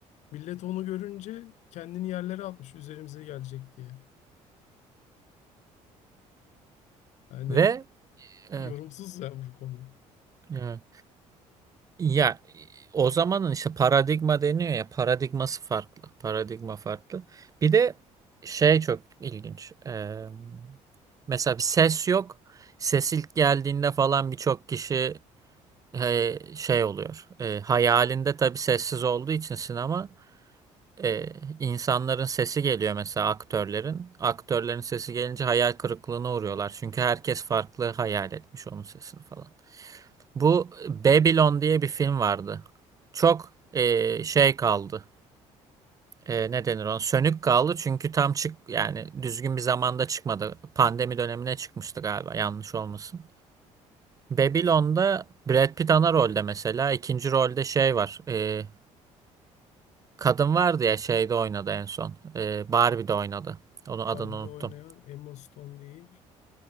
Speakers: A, on the left; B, on the right.
A: Millet onu görünce kendini yerlere atmış üzerimize gelecek diye. Yani
B: Ve evet,
A: yorumsuz ya bu konu.
B: evet. Ya o zamanın işte paradigma deniyor ya paradigması farklı. Paradigma farklı. Bir de şey çok ilginç. Ee, mesela bir ses yok. Ses ilk geldiğinde falan birçok kişi e, şey oluyor. E, hayalinde tabii sessiz olduğu için sinema e, insanların sesi geliyor mesela aktörlerin. Aktörlerin sesi gelince hayal kırıklığına uğruyorlar. Çünkü herkes farklı hayal etmiş onun sesini falan. Bu Babylon diye bir film vardı. Çok e, şey kaldı. E, ne denir ona? Sönük kaldı çünkü tam çık yani düzgün bir zamanda çıkmadı. Pandemi dönemine çıkmıştı galiba yanlış olmasın. Babylon'da Brad Pitt ana rolde mesela. İkinci rolde şey var. E, kadın vardı ya şeyde oynadı en son. E, Barbie'de oynadı. Onun
A: Barbie'de
B: adını unuttum.
A: oynayan Emma Stone değil.